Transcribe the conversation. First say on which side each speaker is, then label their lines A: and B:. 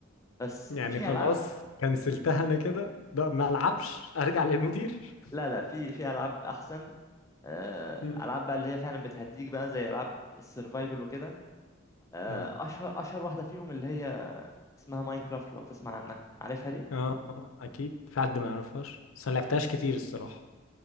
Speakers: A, on the left; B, on the left.
A: بس
B: يعني
A: في
B: خلاص
A: العاب
B: كنسلتها انا كده ده ما العبش ارجع للمدير
A: لا لا في في العاب احسن آه،
B: مم.
A: العاب بقى اللي هي فعلا بتهديك بقى زي العاب السرفايفل وكده آه،
B: مم.
A: اشهر اشهر واحده فيهم اللي هي اسمها ماينكرافت لو تسمع عنها عارفها دي
B: اه آه، اكيد في حد ما يعرفهاش بس انا لعبتهاش كتير الصراحه